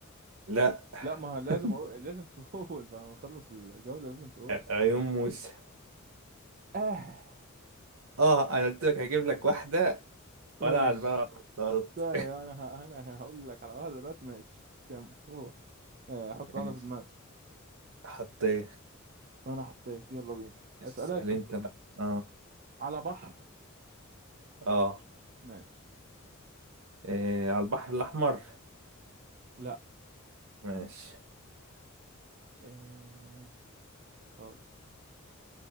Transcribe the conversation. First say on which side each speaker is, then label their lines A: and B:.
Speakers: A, on the right; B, on the right.
A: لا
B: لا ما هو لازم
A: <laughs>
B: أقول لازم تقول <laughs> بعد ما نخلص الجولة لازم تقول
A: عيون موسى
B: اه
A: اه انا قلت لك هجيب لك واحدة
B: ماشي
A: ولا على البلد <laughs> ولا على الخطاط.
B: طيب انا ه... انا هقول لك على واحدة دلوقتي ماشي كم هو آه حط واحدة
A: ماشي
B: في دماغك
A: حطيت
B: انا حطيت يلا بينا اسألك
A: اسأل انت بقى اه
B: على بحر
A: اه
B: ماشي
A: إيه على البحر الأحمر
B: لا
A: ماشي
B: آه هقول